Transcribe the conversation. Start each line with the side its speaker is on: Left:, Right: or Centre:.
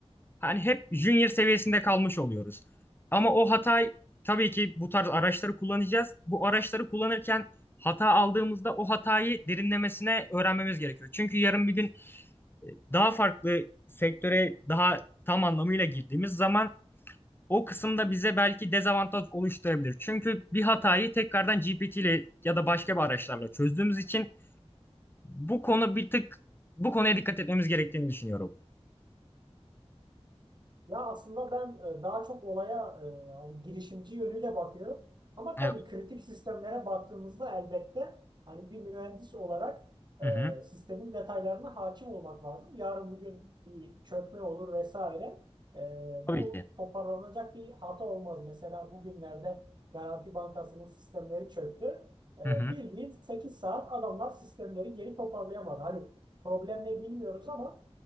Left: hani hep junior seviyesinde kalmış oluyoruz. Ama o hatayı tabii ki bu tarz araçları kullanacağız. Bu araçları kullanırken hata aldığımızda o hatayı derinlemesine öğrenmemiz gerekiyor. Çünkü yarın bir gün daha farklı sektöre daha tam anlamıyla girdiğimiz zaman o kısımda bize belki dezavantaj oluşturabilir. Çünkü bir hatayı tekrardan GPT ile ya da başka bir araçlarla çözdüğümüz için bu konu bir tık bu konuya dikkat etmemiz gerektiğini düşünüyorum.
Right: Ya aslında ben e, daha çok olaya e, hani girişimci yönüyle bakıyorum. Ama
Left: Evet.
Right: tabii kritik sistemlere baktığımızda elbette hani bir mühendis olarak e,
Left: Hı hı.
Right: sistemin detaylarına hakim olmak lazım. Yarın bugün bir çökme olur vesaire. E,
Left: Tabii
Right: bu
Left: ki.
Right: toparlanacak bir hata olmaz. Mesela bugünlerde Garanti Bankası'nın sistemleri çöktü. E,
Left: Hı hı.
Right: bildiğin 8 saat adamlar sistemleri geri toparlayamadı. Hani problem ne bilmiyoruz ama